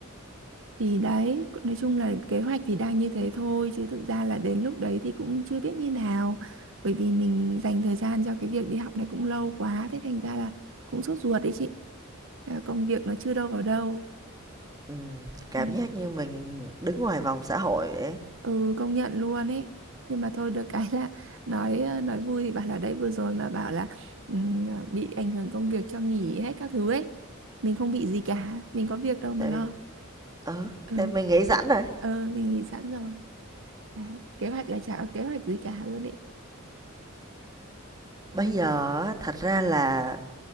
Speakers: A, on the right; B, on the right.
A: thì đấy nói chung là kế hoạch thì đang như thế thôi chứ thực ra là đến lúc đấy thì cũng chưa biết như nào bởi vì mình dành thời gian cho cái việc đi học này cũng lâu quá thế thành ra là cũng sốt ruột đấy chị à, công việc nó chưa đâu vào đâu
B: Ừm, cảm
A: ừ,
B: giác như mình đứng ngoài vòng xã hội vậy ấy.
A: ừ công nhận luôn ấy nhưng mà thôi được cái là <laughs> nói ờ, nói vui thì bảo là đấy vừa rồi mà bảo là ừm, à, bị ảnh hưởng công việc cho nghỉ hết các thứ ấy mình không bị gì cả mình có việc đâu mà
B: Tại
A: lo
B: vì ừ,
A: ừ
B: tại mình nghĩ sẵn rồi.
A: ờ mình nghỉ sẵn rồi đấy. kế hoạch là chả có kế hoạch gì cả luôn ấy
B: Bây giờ á, thật ra là